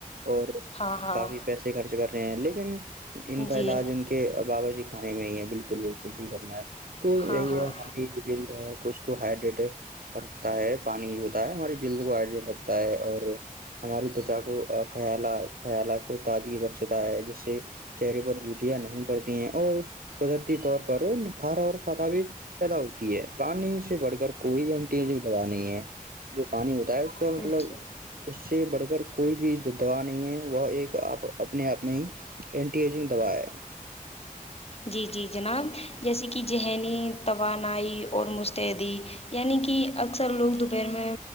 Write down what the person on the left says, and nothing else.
ہاں ہاں
جی
ہاں
ہاں
ہوں،
جی جی جناب جیسے کہ ذہنی توان اور مستعدی یعنی کہ اثر اک سر لوگ دوپہر میں